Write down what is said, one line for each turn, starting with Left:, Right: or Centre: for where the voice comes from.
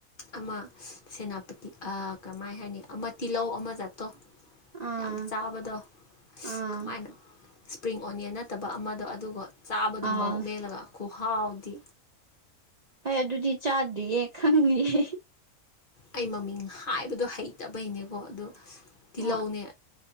Left: ꯑꯃ ꯁꯦꯅꯥꯄꯥꯇꯤ ꯀꯃꯥꯏ ꯍꯥꯏꯅꯤ ꯑꯃ ꯇꯤꯜꯍꯧ ꯑꯃ ꯆꯥꯠꯇꯣ
Right: ꯑꯥ
Left: ꯌꯥꯝ ꯆꯥꯕꯗꯣ
Right: ꯑꯥ
Left: ꯀꯃꯥꯏꯅ ꯏꯁꯄ꯭ꯔꯤꯡ ꯑꯣꯅꯤꯌꯟ ꯅꯠꯇꯕ ꯑꯃꯗꯣ ꯑꯗꯨꯒ ꯆꯥꯕꯗꯣ
Right: ꯑꯥ
Left: ꯃꯣꯔꯣꯛ ꯃꯦꯠꯂꯒ ꯈꯨꯍꯥꯎꯗꯤ
Right: ꯍꯣꯏ ꯑꯗꯨꯗꯤ ꯆꯥꯗ꯭ꯔꯤꯌꯦ ꯈꯪꯅꯤꯌꯦ
Left: ꯑꯩ ꯃꯃꯤꯡ ꯍꯥꯏꯕꯗꯣ ꯍꯩꯇꯕꯩꯅꯦꯀꯣ ꯑꯥ ꯇꯤꯜꯍꯧꯅꯦ
Right: ꯑꯣ